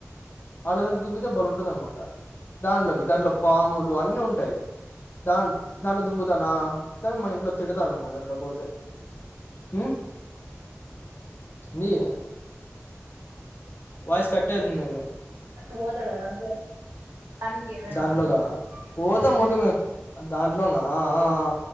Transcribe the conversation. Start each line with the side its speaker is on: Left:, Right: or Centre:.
Left: అలాంటి దానికి దుంగుతే బలే ఉంటుంది అన్నమాట దాంట్లోకి దాంట్లో పాములు అన్నీ ఉంటాయి. దాంట్లో దాంట్లో దుంగొచ్చు నా దానికి మా ఇంట్లో తిడతారు అన్నమాట దాంట్లో పోతే ఉమ్ ఏంది వాయిస్ కట్టేతుంది
Right: బోతాడా దాంట్లో దానికి ఏమైనా
Left: దాంట్లోగా
Right: అన్నా
Left: పోతా
Right: మ్,
Left: మురికే మేము దాంట్లోన ఆ ఆ ఆ